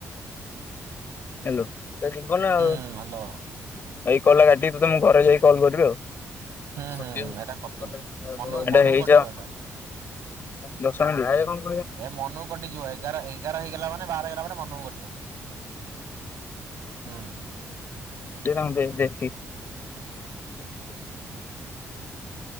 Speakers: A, on the left; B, on the right.
A: ହାଲୋ <inaudible> ଯିବନା ଆଉ
B: ହଁ ହ୍ୟାଲୋ।
A: କଲ ଟା କାଟିକି ତ ତମ ଘରେ ଯାଇକି କଲ୍ କରିବି ଆଉ।
B: ହୁଁ
A: ସତ୍ୟ
B: ହୁଁ
A: ଏଇଟା
B: ଏଇଟା କଟୁ। ମନୁ ମନୁକୁ
A: ହେଇଯାଉ।
B: କଟିବ ଏଟା।
A: ଦଶ ମିନିଟ ଭାଇ ର କଣ
B: ଏ ମନକୁ କଟିଯିବ ଏଗାର ଏଗାର ହେଇଗଲା ମାନେ ବାର ହେଇଗଲା ମାନେ ମନକୁ କଟିବ ହୁଁ।
A: ଦେ ତାଙ୍କୁ <inaudible>